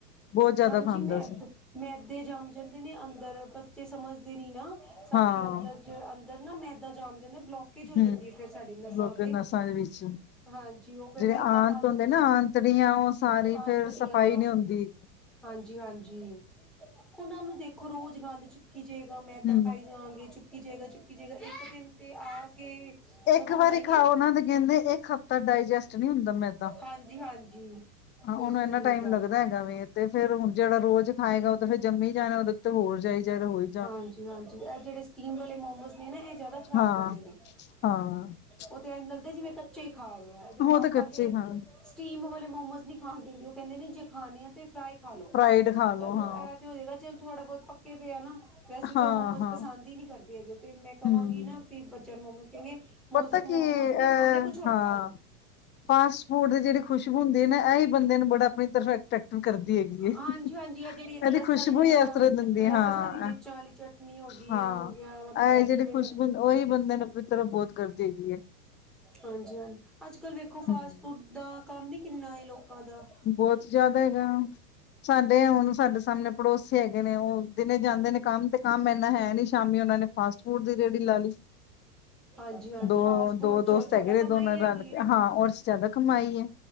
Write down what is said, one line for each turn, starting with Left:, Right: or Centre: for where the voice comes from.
Left: ਬਹੁਤ ਜ਼ਿਆਦਾ
Centre: ਹਾਂਜੀ
Left: ਖਾਂਦਾ
Centre: ਮੈਦ
Left: ਸੀ।
Centre: ਮੈਦੇ ਜੰਮ ਜਾਂਦੇ ਨੇ ਅੰਦਰ ਬੱਚੇ ਸਮਝਦੇ ਨਹੀਂ ਨਾ ਸਾਡੀ
Left: ਹਾਂ
Centre: ਅੰਦਰ ਅੰਦਰ ਨਾ ਮੈਦਾ ਜਾਮ ਜਾਂਦਾ ਬਲੋਕੇਜ ਹੋ
Left: ਹੂੰ,
Centre: ਜਾਂਦੀ ਆ ਫੇਰ ਸਾਡੀ ਨਸਾਂ
Left: ਲੋਕ
Centre: ਤੇ।
Left: ਨਸਾਂ ਦੇ ਵਿੱਚ
Centre: ਹਾਂਜੀ, ਓ ਫੇਰ
Left: ਜਿਹੜੇ
Centre: ਮੈਦਾ
Left: ਆਂਤ
Centre: ਫਸ ਜਾਂਦਾ।
Left: ਹੁੰਦੇ ਨਾ ਆਂਤੜੀਆਂ ਉਹ
Centre: ਹਾਂਤੜੀਆਂ
Left: ਫੇਰ ਸਫ਼ਾਈ ਨਹੀਂ ਹੁੰਦੀ।
Centre: ਹਾਂਜੀ ਹਾਂਜੀ, ਉਹਨਾਂ ਨੂੰ ਦੇਖੋ ਰੋਜ਼ ਗੰਦ ਚ ਚੁਪਕੀ ਜਏਗਾ ਮੈਦਾ
Left: ਹੂੰ,
Centre: ਖਾਈ ਜਾਵਾਂਗੇ ਚੁਪਕੀ ਜੇਗਾ ਚੁਪਕੀ ਜਏਗਾ ਇੱਕ ਦਿਨ ਤੇ ਆ ਕੇ
Left: ਇੱਕ
Centre: ਹੋਣਾ
Left: ਵਾਰੀ
Centre: ਹੀ
Left: ਖਾਓਨਾਂ
Centre: ਹੈ
Left: ਦੇ ਕਹਿੰਦੇ ਇੱਕ ਹਫ਼ਤਾ ਡਾਇਜੈਸਟ ਨਹੀਂ ਹੁੰਦਾ ਮੈਦਾਂ
Centre: ਹਾਂਜੀ ਹਾਂਜੀ
Left: ਹਾਂ ਉਹਨੂੰ
Centre: ਬਿਲਕੁਲ
Left: ਇੰਨਾ
Centre: ਠੀਕ
Left: ਟਾਈਮ
Centre: ਗੱਲ
Left: ਲੱਗਦਾ
Centre: ਹੈ
Left: ਹੈਗਾ ਵ ਤੇ ਫੇਰ ਹੁਣ ਜਿਹੜਾ ਰੋਜ ਖਾਏਗਾ ਉਹ ਤੇ ਫੇਰ ਜੰਮੀ ਹੀ ਜਾਣਾ ਉਹਦੇ ਉਤੇ ਹੋਰ ਜਾਇ ਜਾਾਰ ਹੋਏ
Centre: ਹਾਂਜੀ ਹਾਂਜੀ ਇਹ ਜਿਹੜੇ ਸਟੀਮ ਵਾਲੇ ਮੋਮੋਜ਼ ਨੇ ਨਾ ਇਹ ਜਿਆਦਾ ਖਰਾਬ
Left: ਹਾਂ,
Centre: ਕਰਦੇ ਨੇ
Left: ਹਾਂ
Centre: ਉਹ ਤੇ ਐ ਲੱਗਦਾ ਜਿਵੇਂ ਕੱਚੇ ਹੀ ਖਾ ਰਿਹਾ
Left: ਉਹ
Centre: ਪਾਪਾ
Left: ਕੱਚੇ
Centre: ਤੇ
Left: ਖਾਣ
Centre: ਸਟੀਮ ਵਾਲੇ ਮੋਮੋਸ ਨਹੀ ਖਾਣ ਦੇਦੇ ਉਹ ਕਹਿਦੇ ਨੇ ਜੇ ਖਾਣੀ ਆ ਤੇ ਫਰਾਈ ਖਾ ਲੋੋ
Left: ਫਰਾਈਡ ਖਾ ਲੋ
Centre: ਚਲੋ
Left: ਹਾਂ,
Centre: ਇਹ ਤੇ ਹੋਜੇਗਾ ਚਲ ਥੋੜਾ ਬਹੁਤ ਪਕੇ ਦੇ ਆ ਨਾ ਵੈਸੇ ਤਾਂ
Left: ਹਾਂ,
Centre: ਉਹ ਮੋਮੋਸ
Left: ਹਾਂ
Centre: ਪਸੰਦ ਹੀ ਨਹੀ ਕਰਦੀ ਹੈਗੇ ਤੇ ਮੈਂ ਕਹਾਂਗੀ
Left: ਹੂੰ।
Centre: ਨਾ ਵੀ ਬੱਚਿਆਂ ਨੂੰ ਮੋਮੋਸ ਕੇਗੇ ਮ
Left: ਪਤਾ
Centre: ਮੋਮੋਜ਼
Left: ਕੀ
Centre: ਨਹੀ ਖਾਣੇ
Left: ਅ
Centre: ਕੁਛ ਹੋਰ
Left: ਹਾਂ
Centre: ਖਾ ਲੋ
Left: ਫਾਸਟ ਫੂਡ ਦੇ ਜਿਹੜੀ ਖੁਸ਼ਬ ਹੁਦੀ ਆ ਨਾ ਇਹਹੀ ਬੰਦੇ ਨੂੰ ਬੜਾ ਆਪਣੀ ਤਰਟਰੈਕਟ ਕਰਦੀ ਹੈਗੀ।
Centre: ਹਾਂਜੀ-ਹਾਂਜੀ
Left: ਇਹਦੀ
Centre: ਇਹ ਜਿਹੜੀ ਇੱਕ ਲਸਣ
Left: ਖੁਸ਼ਬੂ ਹੀ ਇਸ ਤਰ੍ਹਾਂ ਦਿੰਦੀ
Centre: ਲਸਣ
Left: ਹਾਂ।
Centre: ਹਰੀ ਮਿਰਚਾਂ ਵਾਲੀ ਚਟਨੀ ਹੋ ਗਈ
Left: ਹਾਂ
Centre: ਹੈ ਹੋ ਗਿਆ ਮਤਲਬ ਇਹਦੇ
Left: ਇਹ ਜਿਹੜੇ ਖੁਸ਼ਬ ਉਹੀ ਬੰਦੇ ਨੇ ਵੀ ਤਲੋ ਬਹੁਤ ਕਰਦੀ ਹੈਗੀ ਹੈ।
Centre: ਹਾਂਜੀ- ਹਾਂਜੀ ਅਜ ਕਲ ਵੇਖੋ ਫਾਸਟ
Left: ਹੂੰ।
Centre: ਫੂਡ ਦਾ ਕਮ ਹੀ ਕਿਨਾ ਲੋਕਾ ਦਾ
Left: ਬਹੁਤ ਜ਼ਿਆਦਾ ਹੈਗਾ। ਸਾਡੇ ਹੁਣ ਸਾਡੇ ਸਾਹਮਣੇ ਪੜੋਸ ਹੈਗੇ ਨੇ ਉਹ ਦਿਨੇ
Centre: ਹਾਂਜੀ
Left: ਜਾਂਦੇ ਨੇ ਕਮ ਤੇ ਕਮ ਇਨਾ ਹੈ। ਨੀ ਸ਼ਾਮ ਉਹਨਾ ਨੇ ਫਾਸਟ ਫੂਡ ਦੀ ਰੇਹੜੀ ਲਾ ਲਈ।
Centre: ਹਾਂਜੀ ਹਾਂਜੀ
Left: ਦੋ
Centre: ਫਾਸਟ ਫੂਡ ਚੋਂ
Left: ਦੋਸਤ
Centre: ਜ਼ਿਆਦਾ
Left: ਹੈਗੇ
Centre: ਕਮਾਈ
Left: ਦੋਨਾ
Centre: ਹੈਗੀ
Left: ਰਲ ਕੇ
Centre: ਹੈ
Left: ਹਾਂ ਰ ਜ਼ਿਆਦਾ ਕਮਾਈ ਹੈ।